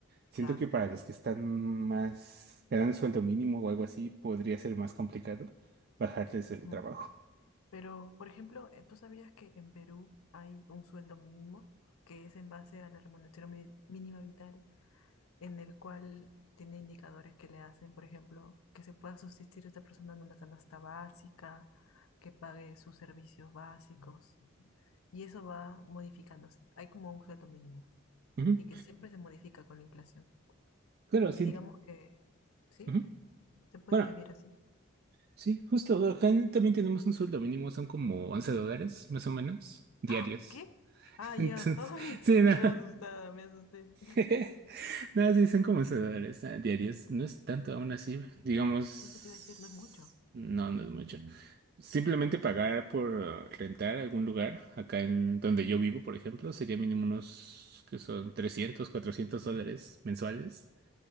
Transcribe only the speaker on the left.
claro.
Ujú.
Pero, por ejemplo, eh, ¿tú sabías que en Perú hay un sueldo mínimo que es en base a la remuneración mi- mínima vital, en el cual tiene indicadores que le hacen, por ejemplo, que se pueda subsistir esta persona en una canasta básica, que pague sus servicios básicos, y eso va modificándose. Hay como un sueldo mínimo
y que siempre se modifica con la inflación.
Y
digamos que, ¿sí?
Se puede
vivir así.
¡Ah! ¿Qué?
Ah, ya.
<laughs> Ay,
toda asustada, me asusté.
Sí, esto te iba a decir, no es mucho.